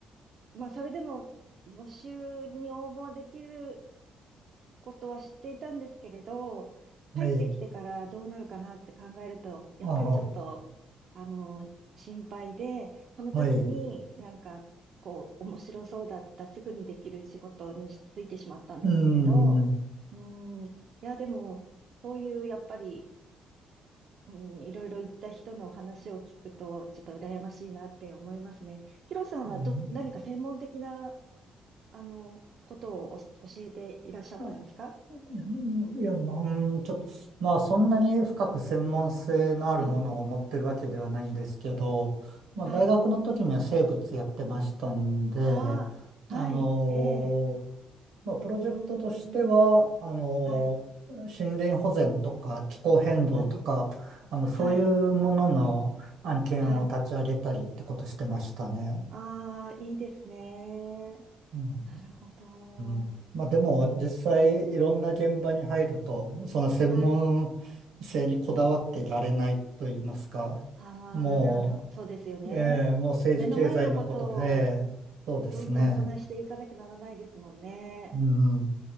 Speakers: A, on the right (about 60°); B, on the right (about 80°).
A: まあそれでも募集に応募できることは知っていたんですけれど、
B: はい。
A: 入ってきてからどうなるかなって考えると、やっぱりちょっと、
B: ああ、
A: あの、心配で、その時になんか、
B: はい。
A: こう、面白そうだった、すぐにできる仕事にしついてしまったんですけれど、
B: うん。う
A: うん、いや、でも、そういう、やっぱり、うん、いろいろ言った人の話を聞くと、ちょっと羨ましいなって思いますね。ヒロさんはど、
B: ん
A: 何か専門的な、あの、ことをお教えていらっしゃったんですか
B: あいや、まあ、うんちょっと、まあ、そんなに深く専門性のあるものを持ってるわけではないんですけど、
A: はい。
B: まあ、
A: はい。
B: 大学の時には生物やってましたんで、
A: ああ、
B: あの
A: はい、ええ、
B: まあ、プロジェクトとしては、
A: うーん、
B: あの、
A: はい、
B: 森林保全とか気候変動とか、
A: はい、
B: あの、そういうものの案件を立ち上げたりってことしてましたね。
A: はい、はい。ああ、いいですね。
B: うん。
A: なるほど。
B: うん。まあ、でも、実際いろんな現場に入ると、その専門性にこだわっていられないと言いますか、
A: はい。ああ、
B: も
A: なるほど。そうですよね。
B: う、えーもう政治経済のこと、
A: 目の前のことを
B: えーそうですね。
A: どんどんこなしていかなきゃならないですもんね。
B: うん。